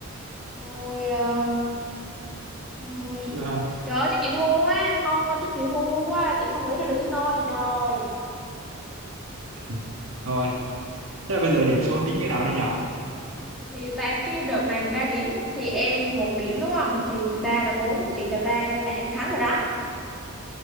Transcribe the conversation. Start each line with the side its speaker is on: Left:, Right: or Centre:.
Centre: nôi à, nôi
Right: Chứ là-
Centre: trời ơi chắc chị thua quá thôi chắc chị thua quá chị không nghĩ ra được cái nôi gì đòi
Right: Ừ. rồi thế là bây giờ điểm số tính như nào đây nhỉ
Centre: thì ba cái đợt này ba điểm thì em một điểm đúng không thì ba là bốn chị là ba nên là em thắng rồi đó